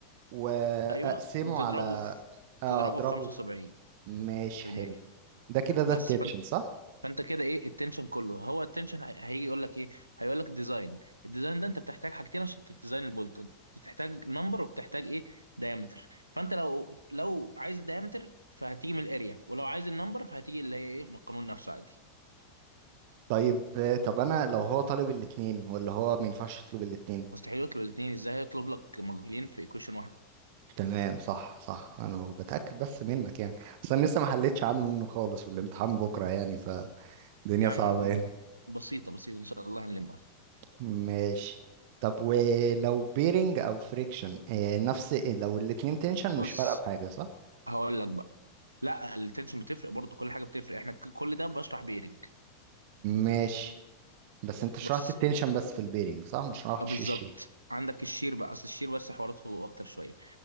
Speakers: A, on the right; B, on the right.
A: واقسمه
B: ايوه وتضربه
A: على
B: في
A: آه،
B: تضربه
A: اضربه
B: في 75
A: في... ماشي
B: في
A: حلو
B: المية
A: ده كده ده
B: بس
A: التبشن
B: فانت,
A: صح
B: فانت كده ايه التنشن كله هو التنشن هي- هيجي يقول لك ايه هيقول لك ديزاين الديزاين ده انت بتحتاج حاجتين عشان تديزاين البولت بتحتاج نمبر وبتحتاج ايه دايمتر فانت لو لو عايز دايمتر فهتيجي من الاريا ولو عايز النمبر فهتيجي اللي هي ايه من القانون نفسه عادي
A: طيب آه، طب انا لو هو طالب الاتنين ولا هو ما ينفعش يطلب الاتنين
B: مستحيل يطلب الاثنين ازاي هيطلب لك مجهولين في ايكويشن واحده
A: تمام صح صح انا بتأكد بس منك يعني بس انا لسه ما حلتش عنه خالص والامتحان بكرة يعني فالدنيا
B: يا
A: صعبة
B: عم
A: هنا.
B: بسيطه بسيطه ان شاء الله هنلمها
A: ماشي طب ولو بيرنج او فريكشن نفس إيه، لو الاتنين تنشن
B: بص
A: مش فارقه بحاجه صح
B: هقول لك بقى لا التنشن بتفرق برضو كل حاجه بتفرق احنا ك- كل ده بشرح بيرنج
A: ماشي بس انت شرحت
B: بص
A: التنشن بس في البيرنج صح مش شرحتش
B: آه، بالظبط
A: الشيء
B: عندك الشير بقى اصل الشير بس حواراته اكتر شويه